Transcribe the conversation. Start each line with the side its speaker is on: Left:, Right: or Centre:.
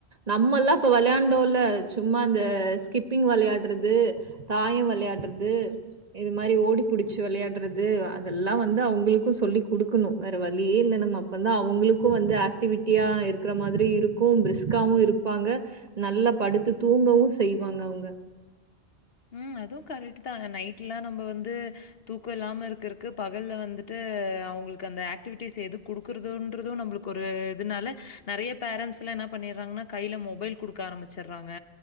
Right: நம்மல்லா இப்போ வெளையாண்டோல சும்மா இந்த ஸ்கிப்பீங் வெளையாட்றது தாயோ வெளையாட்றது இது மாரி ஓடி புடிச்சு வெளையாட்றது அதெல்லா அவுங்ளுக்கு வந்து சொல்லி குடுக்கணு வேற வழியே
Left: ம்.
Right: இல்லே நம்ம வந்து அவ்ங்ளுக்கு வந்து ஆக்டிவிட்டியா இருக்ற மாதிரி இருக்கு ப்ரிஸ்காவு இருப்பாங்க நல்லா படுத்து தூங்கவு செய்வாங் அவ்ங்க
Left: ம் அதூ கரட்டு தா நைட்ல்லா நம்ப வந்து தூக்கோ இல்லாம இருக்குற்க்கு பகல்லல வந்துட்டு அவ்ங்கள்க் அந்த ஆக்டிவிட்டிஸ் எது குடு க்ருறதுன்றுது நம்ளுக் ஒரு இதுனால நறைய பேரண்ஸுல்லா என்ன பண்ணிறாங்னா கைல மொபைல் குடுக்க ஆரம்பிச்சுறாங்க